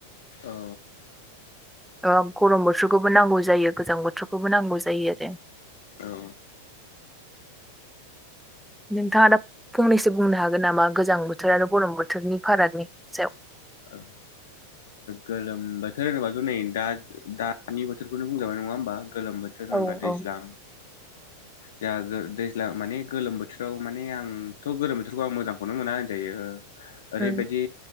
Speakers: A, on the left; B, in the centre.
A: औ
B: ओ गरम बोथोरखौबो नांगौ जायो गोजां बोथोरखौबो नांगौ जायो आरो
A: औ
B: नोंथाङा दा फंनैसो बुंनो हागोन नामा गोजां बोथोर आरो गरम बोथोरनि फारागनि सायाव
A: ओ गोलोम बोथोर होनोबाथ' नै दा दानि बोथोरखौनो बुंजाबाय नङा होमबा गोलोम बोथोर होनबा
B: औ
A: दैज्लां
B: औ
A: जाहा दैज्लां माने गोलोम बोथोराव माने आंथ' गोलोम बोथोरखौ आं मोजांखौनो मोना <unintelligible> ओ ओरैबायदि
B: उम